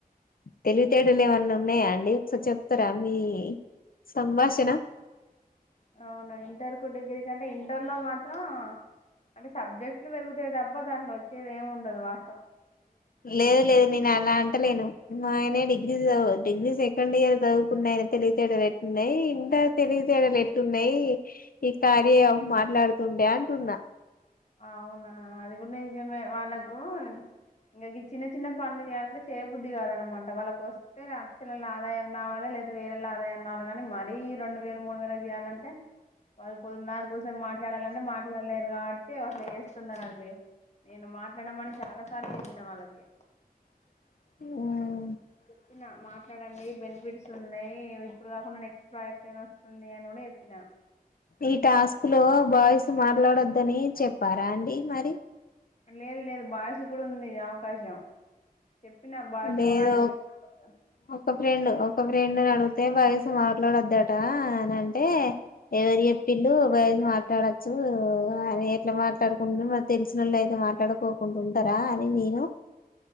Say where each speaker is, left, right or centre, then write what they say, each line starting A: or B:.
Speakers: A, on the left; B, on the left.
A: తెలివితేడాలు ఏమన్నా ఉన్నాయా అండి. ఒకసారి చెప్తారా మీ సంభాషణ.
B: అవునా ఇంటర్ కు డిగ్రీకి అంటే ఇంటర్ లో మాత్రం అంటే సబ్జెక్ట్లు పెరుగుతాయి తప్పా దాంట్లో వచ్చేది ఏమి ఉండదు వా
A: లేదు లేదు నేను అలా అంటలేను మా ఆయనే డిగ్రీ చవు డిగ్రీ సెకండ్ ఇయర్ చదువుకున్నాయనా తెలివితేటలు ఎట్లున్నయి, ఇంటర్ తెలివితేటలెట్లున్నయి ఈ కార్య ఆప్ మాట్లాడు టుండే అంటున్నా.
B: అవునా అది కూడా నిజమే వాళ్ళకు ఇంగ గి చిన్న చిన్న పనులు చేయాలంటే చేయబుద్ది కాదనమాట వాళ్ళకొస్తే లక్షలల్లో ఆదాయం రావాలి లేదా వేలలో ఆదాయం రావాలి. కాని మరీ రెండు వేలు మూడు వేలుకు చేయాలంటే వాళ్లు పొద్దుందాక కూసో ని మాట్లాడాలన్నా మాట్లాడలేరు. రా అందుకే అట్లా చేస్తున్నరండి నేను మాట్లాడమని చాలా సార్లు చెప్పినా వాళ్ళకి.
A: ఊ
B: ప్పిన మాట్లాడండి బెనిఫిట్స్ ఉన్నయి. ఇప్పుడు కాకుండా నెక్స్ట్ ప్రాజెక్ట్ ఐనా వస్తుంది అని కూడా చెప్పినా.
A: ఈ టాస్క్ లో బాయ్స్ మ ట్లాడొద్దని చెప్పారా అండి మరి.
B: లేదు లేదు బాయ్స్ కూడా ఉంది అవకాశం. చెప్పిన బాయ్స్
A: లేదు
B: ని కూడా అడిగిన్రు <inaudible>
A: ఒక ఫ్రెండ్ ఒక ఫ్రెండ్ నడుగుతే బాయ్స్ మాట్లాడొద్దటా అని అంటే ఎవరు చెప్పిల్లు బాయ్స్ మాట్లాడచ్చు. అయినా ఎట్లా మాట్లాడుకునుడు మరి తెలిసినోళ్ళు అయితే మాట్లాడుకోకుండా ఉంటారా అని నేను